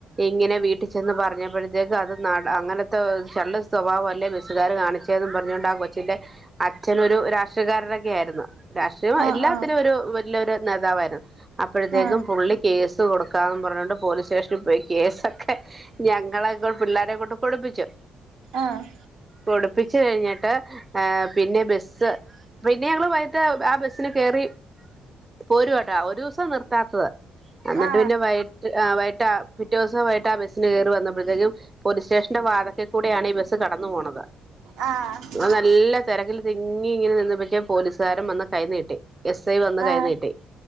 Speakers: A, on the right; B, on the right.
A: ഇങ്ങനെ വീട്ടിൽ ചെന്ന് പറഞ്ഞപ്പോഴത്തേക്ക്, അത് നട അങ്ങനത്തെ ചള്ള് സ്വഭാവം അല്ലേ ബെസ്സുകാർ കാണി ച്ചേന്നും പറഞ്ഞുകൊണ്ട് ആഹ് കൊച്ചിന്റെ അച്ഛനൊരു രാഷ്ട്രീയക്കാരനൊക്കെ ആയിരുന്നു. രാഷ്ട്രീയം
B: ആ
A: എല്ലാത്തിനും
B: ആ
A: ഒരു വലിയ ഒരു നേതാവായിരുന്നു. അപ്പോഴത്തേക്കും
B: ആ
A: പുള്ളി കേസ് കൊടുക്കാന്ന് പറഞ്ഞോണ്ട് പോലീസ് സ്റ്റേഷനിൽ പോയി കേസൊക്കെ, ഞങ്ങളെക്കൊ പിള്ളേരെകൊണ്ട് കൊടുപ്പിച്ചു.
B: ആഹ്
A: കൊടുപ്പിച്ചു കഴിഞ്ഞിട്ട്. പിന്നെ ബസ് പിന്നെ ഞങ്ങള് വൈ കിട്ട് ആ ബസ്സിന് കയറി പോരുവാട്ടോ. ഒരു ദിവസം നിർത്താത്തത്. എന്നിട്ട്
B: ആ ആ
A: പിന്നെ വൈകിട്ട് വൈകിട്ട് ആഹ് പിറ്റേ ദിവസം വൈകിട്ട് ആ ബസ്സിന് കയറി വന്നപ്പോഴത്തേക്കും, പോലീസ് സ്റ്റേഷന്റെ വാതക്കെ കൂടിയാണ് ഈ ബസ്സ് കടന്നു പോണത്.
B: ആഹ്
A: നല്ല തിരക്കിൽ തിങ്ങി ഇങ്ങനെ നിന്ന് പക്ഷേ പോലീസുകാരൻ വന്ന് കൈ നീട്ടി. എസ് ഐ വന്ന് കൈ
B: ആ
A: നീട്ടി.